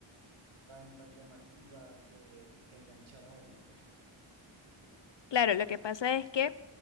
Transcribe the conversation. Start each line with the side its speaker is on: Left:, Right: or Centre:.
Right: tan, tan llamativa que, que enganchara a uno, pues.
Left: Claro, lo que pasa es que,